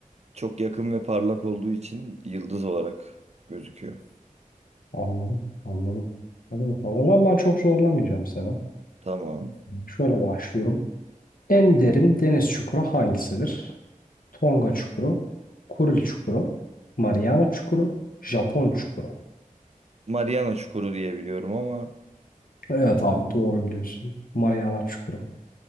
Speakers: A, on the right; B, on the left.
A: Çok yakın ve parlak olduğu için yıldız olarak gözüküyor.
B: Anladım, anladım. Hadi bakalım. O zaman ben çok zorlamayacağım sana.
A: Tamam.
B: Şöyle başlıyorum. En derin deniz çukuru hangisidir? Tonga çukuru, Kuril çukuru, Mariana çukuru, Japon çukuru.
A: Mariana Çukuru diye biliyorum ama
B: Evet abi doğru biliyorsun. Mariana çukuru.